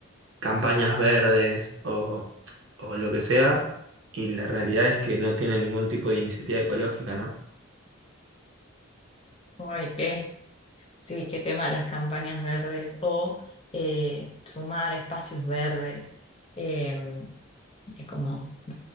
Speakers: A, on the right; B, on the left.
A: campañas verdes o, o lo que sea. Y la realidad es que no tienen ningún tipo de iniciativa ecológica, ¿no?
B: Ay, qué, sí, qué tema las campañas verdes o eh, sumar espacios verdes. eh, es como,